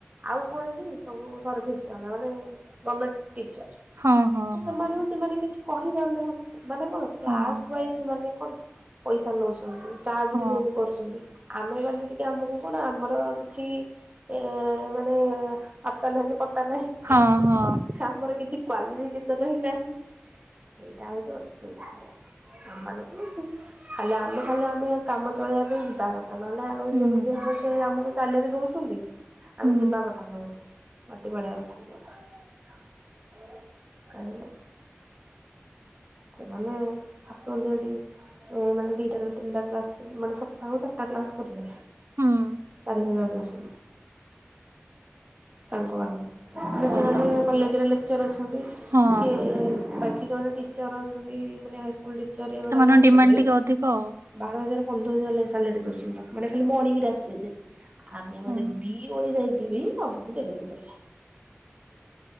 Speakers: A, on the right; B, on the right.
A: ଆଉ କଣ କି ସବୁ ସର୍ଭିସ୍ ଵାଲା ମାନେ ଗମେଣ୍ଟ୍ ଟିଚର୍
B: ହଁ ହଁ
A: ତ ସେମାନଙ୍କୁ।
B: ହଁ
A: ସେମାନେ କିଛି କହିପାରୁନାହାନ୍ତି ସେମାନେ କଣ କ୍ଲାସ୍
B: ହଁ।
A: ୱାଇଜ୍ ମାନେ କଣ ପଇସା ନଉସନ୍ତି। ଚାର୍ଜ
B: ହଁ
A: ବି ସେମତି କରିସନ୍ତି ଆମେମାନେ ଟିକେ ଆମୁକୁ କଣ ଆମର କିଛି ଏ। ମାନେ ଆତା ନାହିଁ କି ପତା ନାହିଁ।
B: ହଁ ହଁ
A: ଆମର କିଛି କ୍ଵାଲିଫିକେସନ ହି ନାହିଁ। ହେଇଟା ହଉଛି ଅସୁବିଧା ରେ ଆମମାନଙ୍କୁ ଖାଲି ଆମ ଖାଲି ଆମେ କାମ ଚଳେଇବା ପାଇଁ ଯିବା କଥା, ନହେଲେ ଆଉ
B: ହୁଁ
A: ଯେମିତି ହୋଉସି ଆମକୁ ସାଲେରି ଦଉସନ୍ତି। ଆମେ
B: ହୁଁ
A: ଯିବା କଥା ନୁହେଁ କି? ମୋତେ ବଢିଆ କଥାଟେ <unintelligible> କାହିଁକି ନା ସେମାନେ ଆସନ୍ତି ଏଠି ଏ ମାନେ ଦିଟା ନା ତିନିଟା କ୍ଲାସ୍ ମାନେ ସପ୍ତାହକୁ ଚାଟା କ୍ଲାସ୍ କରିବେ।
B: ହୁଁ
A: ଚାରି ହଜାର ଦଉଛନ୍ତି ତାଙ୍କ ମାନଙ୍କୁ। ବି
B: ଭଲ
A: ସେମାନେ କଲେଜ୍ ରେ ଲେକ୍ଚର୍ ଅଛନ୍ତି,
B: ହଁ
A: କିଏ ବାକି ଜଣେ ଟି ଚର ଅଛନ୍ତି, ମାନେ ହାଇସ୍କୁଲ୍ ଟିଚର୍ ଏଗୁଡା
B: ସେମାନଙ୍କ
A: ଯୋଉ ଆସଛନ୍ତି।
B: ଡିମାଣ୍ଡ ଟିକେ ଅଧିକ ଆଉ
A: ବାର ହଜାର ପନ୍ଦର ହଜାର ଲାଗେ ସାଲରୀ ଦୋଉସନ୍ତି ତାଙ୍କୁ ମାନେ ଖାଲି ମର୍ଣିିଙ୍ଗରେ ଆସିବେ ଯେ। ଆମେ ମାନେ
B: ହଁ
A: ଦି ଓଳି ଯାଇକି ବି <unintelligible> ଦେବେନି ପଇସା।